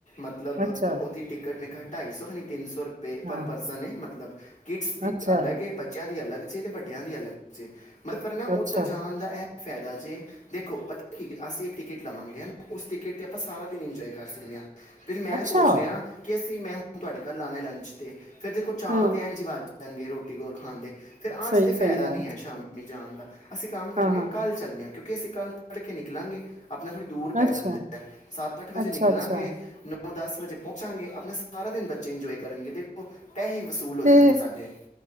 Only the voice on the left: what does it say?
ਮਤਲਬ,
ਉਹਦੀ ਟਿਕਟ ਨਹੀਂ ਘੱਟ ਢਾਈ ਸੌ ਖੀ, ਤਿੰ ਸੌ ਰ ਪੇ
ਪਰਸਨ ਹੈ, ਮਤਲਬ। ਕਿਡਸ ਦੀ
ਅਲਗ ਹੈ, ਬੱਚਿਆਂ ਦੀ ਅਲਗ। ਬੱਚੇ ਤੇ ਵੱਡਿਆਂ ਲਈ ਅਲੱਗ ਬੱਚੇ ਮਤਲਬ, ਨਾ
ਉੱਧਰ ਜਾਣ ਦਾ ਹੈ। ਫਾਇਦਾ ਜੇ, ਦੇਖੋ ਪਤਾ ਕੀ ਅਸੀਂ ਇੱਕ ਟਿਕਟ। ਲਵਾਂਗੇ ਹੈ, ਨਾ ਉਸ ਟਿਕਟ 'ਤੇ ਆਪਾਂ ਸਾਰਾ ਦਿਨ ਇੰਜੋਏ ਕਰ ਸਕਦੇ ਹਾਂ। ਫਿਰ ਮੈਂ
ਸੋਚ ਰਿਹਾ ਕਿ ਅਸੀਂ ਮੈਂ ਤੁਹਾਡੇ ਘਰ ਲਾਣੇ ਲੰਚ ਤੇ। ਫਿਰ ਦੇਖੋ
ਅਤੇ ਐਂ ਜੀ ਵਵਾਜ਼ੀ ਜਾਣਗੇ ਰੋਟੀ ਕੋਲ ਖਾਣ ਦੇ ਫਿਰ ਅੱਜ
ਤੇ ਫਾਇਦਾ
ਨਹੀਂ ਹੈ, ਸ਼ਾਮੀ। ਜਾਣ ਦਾ। ਅਸੀਂ ਕੰਮ ਕਰਨੇ
ਕੱਲ ਚੱਲਦੇ ਹਾਂ। ਕਿਉਂਕਿ ਅਸੀਂ ਕੱਲ੍ਹ ਤੜਕੇ ਨਿਕਲਾਂਗੇ। ਆਪਣਾ ਥੋੜ੍ਹੀ ਦੂਰ
ਪੈ ਜਾਂਦੀ ਹੈ, ਸੱਤ ਅੱਠ ਵਜੇ
ਨਿਕਲਾਂਗੇ, ਨੌਂ- ਦਸ ਵਜੇ ਪਹੁੰਚਾਂਗੇ ਆਪਣਾ ਸਾਰਾ ਦਿਨ ਬੱਚੇ ਇੰਜੋਏ ਕਰਨਗੇ, ਦੇਖੋ। ਪੈਸੇ ਵਸੂਲ ਹੋ
ਜਾਣਗੇ ਸਾਡੇ